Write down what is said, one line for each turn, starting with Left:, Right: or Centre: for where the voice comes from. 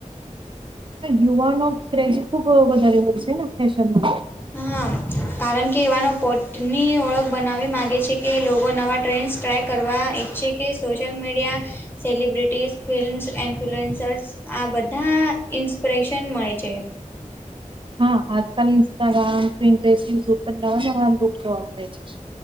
Right: યુવાનો ક્રેજ ખુબ વધારે હોય છે ને ફેશનમાં
Left: હા. કારણ કે એવાનો પોટની ઓળખ બનાવવા માગે છે કે લોકો નવા ટ્રેન્ડસ ટ્રાય કરવા ઈચ્છે કે social media celebrities films influencers આ બધા ઇન્સ્પિરેશન મળે છે.
Right: હા આજકાલ ઇન્સ્ટાગ્રામ પ્રિન્ટસ યુટ્યુબ પણ નવા નવા લુક જોવા મળે છે.